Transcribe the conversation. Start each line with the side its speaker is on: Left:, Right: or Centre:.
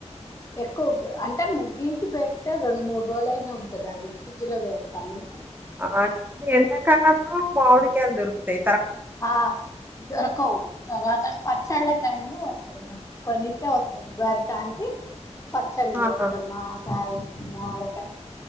Left: ఎక్కువ్ అంట్ ముగ్గీకి పెడితే రెండ్ మూడ్ రోజులయిన ఉంటది అది ఫ్రిడ్జ్ లో పెడతాము
Right: ఆ ఎండకాలము మాడికాయ్ల్ దొరుకుతై
Left: ఆ దొరకవు తర్వాత పచ్చళ్ళ టైంలో వస్తది మాక్ ఇప్పనిట్టే వస్తది <inaudible> పచ్చల్
Right: ఆహా
Left: వెడ్తర్ మా గాయ్ మావిడికాయ్